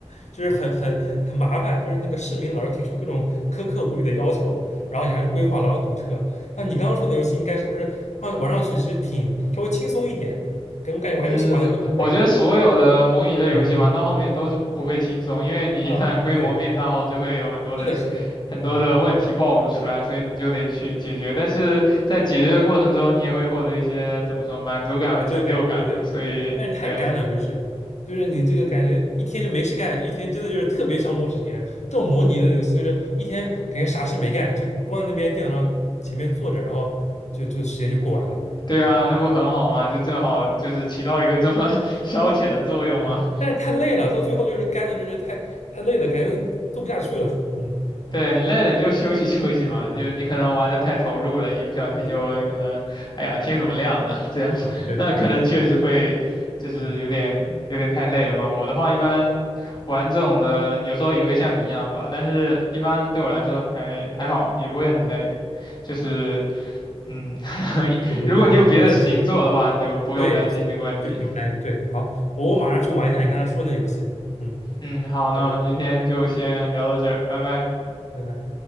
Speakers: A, on the left; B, on the left.
A: 就是很很很麻烦，就是那个市民老是提出各种苛刻无理的要求，然后你还去规划，然后堵车。那你刚刚说的游戏，应该是不是放玩上去其实挺稍微轻松一点？给我感觉玩游戏玩的都很累。
B: 嗯，我觉得所有的模拟类游戏玩到后面都是不会轻松，
A: 嗯
B: 因为你一旦规模变大后，
A: 啊，对，
B: 就会有很多的
A: 是的，是的，
B: 很多的问题暴露出来，
A: 嗯。
B: 所以你就得去解决。但是在解决的过程中，你也会获得一些怎么说满足感和成就感吧。
A: 成就感，对对，
B: 所以，
A: 但是太干了，
B: 对
A: 就是就是你这个感觉一天就没事干，一天真的就是特别消磨时间。这种模拟的游戏就是一天感觉啥事没干，就光在那边电脑上前面坐着，然后就就时间就过完了，
B: 对啊，
A: 嗯，
B: 那不很好吗？就正好就是起到一个这么 <laughs> 消遣的作用啊。
A: 哦，但是太累了，到最后就是干的，就是太太累了，感觉做不下去了，嗯
B: 对你累了，你就休息 <laughs> 休息嘛，就你可能玩的太投入了，
A: 嗯，
B: 一不小心就可能，
A: 是的，
B: 哎呀，天怎么亮了？<laughs> 这样，
A: 嗯，
B: <laughs>
A: 对对对，
B: 那可能确实会，就是有点有点太累了嘛。
A: 嗯，
B: 我的话，一般玩这种的，有时候也会像你一样吧，但是一般对我来说还还好，也不会很累。就是，嗯，<laughs>
A: 对对对对，
B: 如果你有别的事情做的话，
A: 是的，是的
B: 你就不用担心这个问题。
A: 对对，不用担心，对，好，我我马上去玩一下你刚才说那游戏，嗯，
B: 嗯，好，那我们今天就先聊到这儿，
A: 拜拜，
B: 拜拜。
A: 拜拜。